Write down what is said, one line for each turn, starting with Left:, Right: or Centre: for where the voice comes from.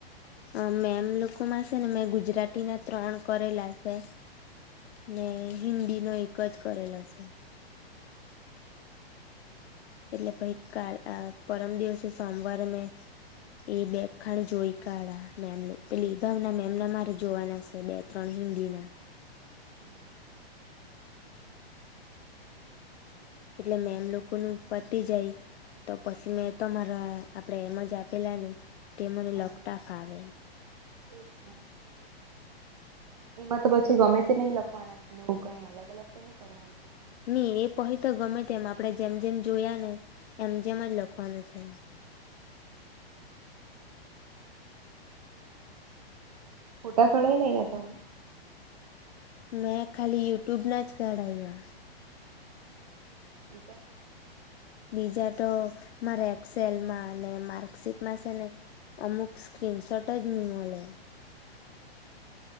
Left: અ મેમ લોકો માં છે ને મેં ગુજરાતી ના ત્રણ કરેલા છે. ને હિન્દી નો એક જ કરેલો છે. એટલે પહિ કાલ અ પરમ દિવસે સોમવાર મેં એ બે ખાણ જોઈ કાઢા મેમનુ પેલી ભાવના મેમ ના મારે જોવાના છે બે ત્રણ હિન્દી ના.
Right: હા
Left: એટલે મેમ લોકો નુ પતી જાય તો પછી મેં મારા આપડે એમ જ આપેલા ને તે મને
Right: હા.
Left: લખતા ફાવે.
Right: એ જ છે. એમાં તો પછી ગમે તે નહી લખવાના છે ને એવું કઈ અલગ અલગ તો નઈ કરવાના. ને.
Left: ની એ પહી તો ગમે તેમ આપણે જેમ જેમ જોયા એમ જેમ જ લખવાનું છે.
Right: ફોટા પળાઈ લાયવા તમે.
Left: મે ખાલી યુટ્યુબ ના જ કઢાયવા.
Right: બીજા.
Left: બીજા તો મારે એક્સેલમાં ને માર્કશીટમાં છે ને અમુક સ્કીનશોટ જ મલે.